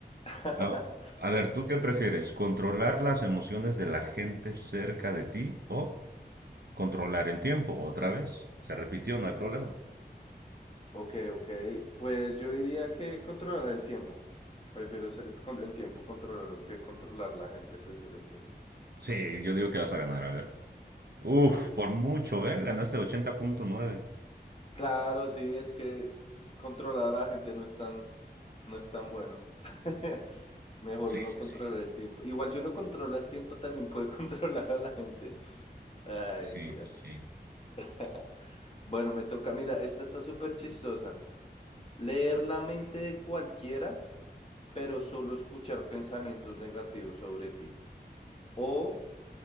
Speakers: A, on the left (about 35°); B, on the right (about 70°).
A: <laughs>
B: A, a ver, ¿tú qué prefieres? ¿Controlar las emociones de la gente cerca de ti o controlar el tiempo? Otra vez. Se repitió, no hay problema.
A: Ok, ok. Pues yo diría que controlar el tiempo. Prefiero ser- con- el tiempo controlarlo que controlar la gente. Prefiero el tiempo.
B: Sí, yo digo que vas a ganar, a ver. Uf,
A: Sí.
B: por mucho, ¿eh? Ganaste ochenta punto nueve.
A: Claro, sí, es que controlar a la gente no es tan, no es tan bueno. <laughs> Mejor
B: Sí,
A: uno
B: sí,
A: controlar
B: sí.
A: el tiempo. Igual si uno controla el tiempo también puede <laughs> controlar a la gente. Ay,
B: Sí,
A: tira.
B: sí, sí.
A: <laughs> Bueno, me toca, mira, esta está súper chistosa. Leer la mente de cualquiera, pero solo escuchar pensamientos negativos sobre ti. O